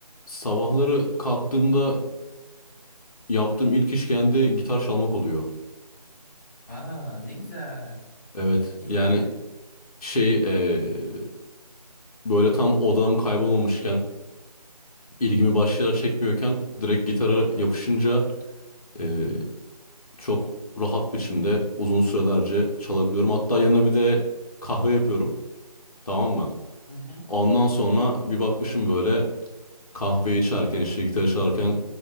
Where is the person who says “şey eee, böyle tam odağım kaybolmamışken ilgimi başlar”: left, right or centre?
Left